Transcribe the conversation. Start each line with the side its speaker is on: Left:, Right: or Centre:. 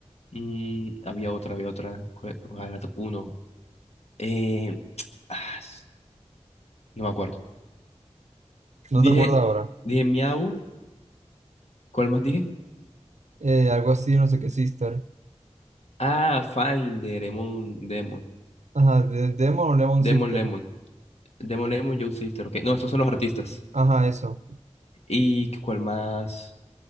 Left: Mm, había otra, había otra. ¿Cuál cuál era la top 1? Eh, ah, s- no me acuerdo.
Right: No te
Left: Dije,
Right: acuerdas ahora.
Left: dije Miau, ¿cuál más dije?
Right: Eh, algo así, no sé qué, Sister.
Left: Ah, Fine de Demon Demon,
Right: Ajá, de Demon o Lemon
Left: Demon
Right: Sister.
Left: Lemon, Demon Lemon, Young Sister, ok. No, estos son los artistas.
Right: Ajá, eso.
Left: ¿Y cuál más?